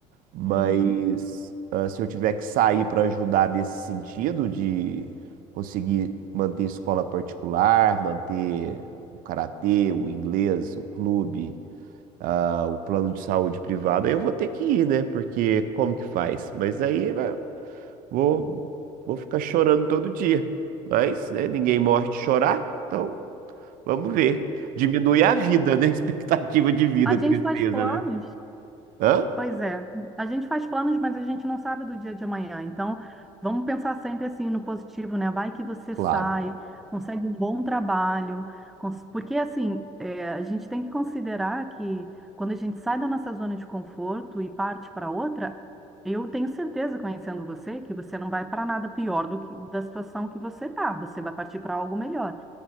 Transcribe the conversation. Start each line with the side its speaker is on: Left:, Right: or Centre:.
Right: Mas
Centre: Uhum.
Right: ah, se eu tiver que sair para ajudar nesse sentido de conseguir manter escola particular, manter o karatê, o inglês, o clube, ah, o plano de saúde privado, aí eu vou ter que ir, né? Porque como que faz? Mas aí. né, Vou, vou ficar chorando todo dia. Mas, né, ninguém morre de chorar, então vamos ver. Diminui a vida, né? <laughs> Expectativa de vida,
Centre: A gente
Right: tristeza,
Centre: faz planos.
Right: né? Hã?
Centre: Pois é, a gente faz planos, mas a gente não sabe do dia de amanhã. Então, vamos pensar sempre assim no positivo, né? Vai que você
Right: Claro.
Centre: sai, consegue um bom trabalho, cons- porque assim, é, a gente tem que considerar que quando a gente sai da nossa zona de conforto e parte para outra, eu tenho certeza, conhecendo você, que você não vai para nada pior do que da situação que você tá. Você vai partir para algo melhor.